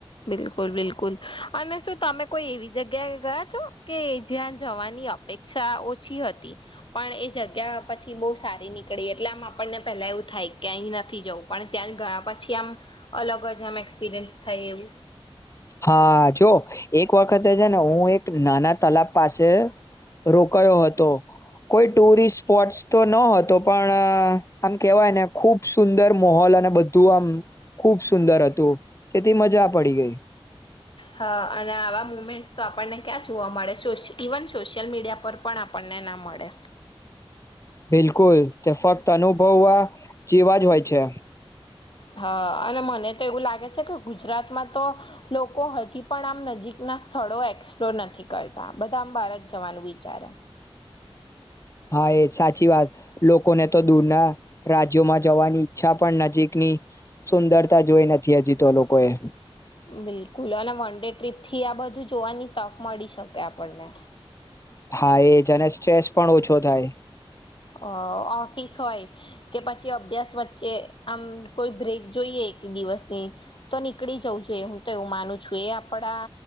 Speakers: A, on the left (about 55°); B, on the left (about 30°).
A: બિલકુલ બિલકુલ અને શું તમે કોઈ એવી જગ્યા ગયા છો કે જ્યાં જવાની અપેક્ષા ઓછી હતી પણ એ જગ્યા પછી બહુ સારી નીકળી એટલે આમ આપણને પેલા એવું થાય કે અહી નથી જવું પણ ત્યાં ગયા પછી આમ અલગ જ અમે એક્સપિરયસ થાય એવું
B: હા જો એક વખતે છે ને હું એક નાના તલાબ પાસે રોકયો હતો કોઈ ટુરિસ્ટ સ્પોટસ તો ન હતો પણ આમ કેવાય ને ખુબ સુંદર મોહોલ અને બધું આમ ખુબ સુંદર હતું તેથી મજા પડી ગઈ
A: હા અને આવા મુમેન્ટ તો આપણને ક્યાં જોવા મળે સોશિ ઇવન સોશિયલ મીડિયા પર પણ આપણે આપણને ના મળે
B: બિલકુલ તે ફક્ત અનુભવવા જેવા જ હોય છે
A: હા અને મને તો એવું લાગે છે કે ગુજરાતમાં તો લોકો હજી પણ આમ નજીકના સ્થળો એક્સપ્લોર નથી કરતા બધા આમ ભારત જવાનું વિચારે
B: હા એ સાચી વાત લોકોને તો દૂરના રાજ્યોમાં જવાની ઈચ્છા પણ નજીકની સુંદરતા જોઈ નથી હજી તો લોકોએ
A: બિલકુલ અને વન ડે ટ્રીપ થી આ બધું જોવાની તક મળી શકે આપ આપને
B: હા એજ અને સ્ટ્રેસ પણ ઓછો થાય
A: અ ઓફિસ હોય કે પછી અભ્યાસ વચ્ચે આમ કોઈ બ્રેક જોઈએ એક દિવસની તો નીકળી જવું જોઈએ હું તો એવું માનું છું એ આપડા